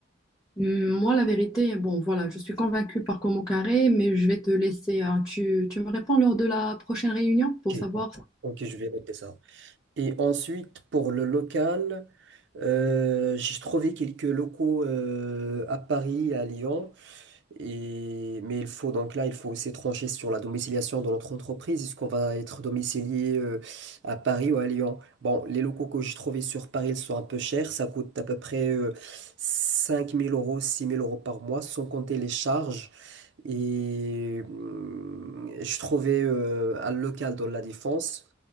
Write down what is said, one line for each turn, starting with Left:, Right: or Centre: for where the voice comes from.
Left: Hum, Moi, la vérité, bon, voilà, je suis convaincue par Como Carré, mais je vais te laisser, hein. Tu, tu me réponds lors de la prochaine réunion pour
Right: Ok,
Left: savoir si c'est
Right: ok, je vais noter ça. Et ensuite, pour le local, euh, j'ai trouvé quelques locaux euh, à Paris, à Lyon. Et... Mais il faut donc là, il faut aussi trancher sur la domiciliation de notre entreprise. Est-ce qu'on va être domicilié euh, à Paris ou à Lyon? Bon, les locaux que j'ai trouvés sur Paris, ils sont un peu chers. Ça coûte à peu près euh, 5 000 euros, six mille euros par mois, sans compter les charges. Et hum, je trouvais euh, un local dans la Défense,